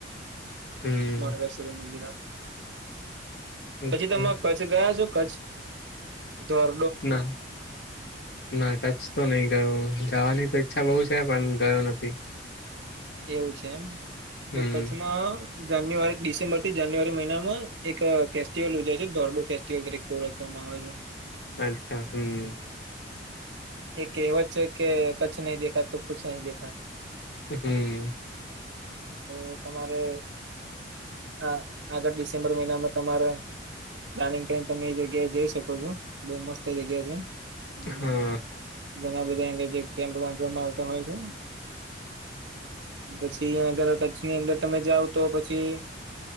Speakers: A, on the left; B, on the right.
A: હમ
B: માડવે સવા મંદિરમાં
A: અચ્છા
B: પછી તમે કચ્છ ગયા છો કચ્છ ધોર
A: ના ના કચ્છ તો નઈ ગયો જવાની તો ઈચ્છા બહુ છે પણ ગયો નથી
B: એવું છે એમ
A: હમ
B: તો કચ્છમાં જાન્યુઆરી ડિસેમ્બર થી જાન્યુઆરી મહિનામાં એક ફેસ્ટિવલ યોજાય છે ધોરડો ફેસ્ટિવલ તરીકે ઓળખવામાં આવે છે.
A: અચ્છા હમ્મ
B: એક કહેવત છે કે કચ્છ નહી દેખા તો કુછ નહી દેખા
A: હમ્મ
B: તો તમારે હા આગળ ડિસેમ્બર મહિનામાં તમારે પ્લાનિંગ કરીને તમે એ જગ્યાએ જઈ શકો છો બઉ મસ્ત એ જગ્યા છે. હમ
A: હ.
B: ઘણા બધા એને જે કેમ્પ બાંધવામાં આવતા હોય છે. પછીયા આગળ કચ્છની અંદર તમે જાવ તો પછી